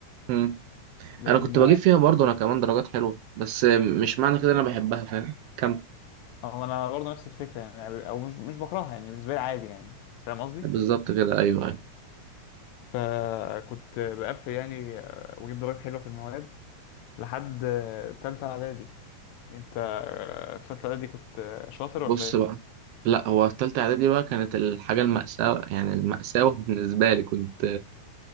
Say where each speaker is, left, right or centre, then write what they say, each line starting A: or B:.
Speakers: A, on the right; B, on the left.
A: مم.
B: لان
A: أنا كنت بجيب فيها برضه أنا كمان درجات حلوة بس مش معنى كده إن أنا بحبها فاهم كم
B: آه، انا برضو نفس الفكره يعني او مش مش بكرهها يعني بالنسبه لي عادي يعني فاهم قصدي
A: بالظبط كده أيوه أيوه
B: فكنت بقفل يعني آه، واجيب درجات حلوه في المواد لحد آه، تالتة اعدادي انت آه، في تالتة اعدادي كنت آه، شاطر
A: بص
B: ولا ايه
A: بقى لا هو في تالتة إعدادي بقى كانت الحاجة المأساة يعني المأساة بالنسبة لي كنت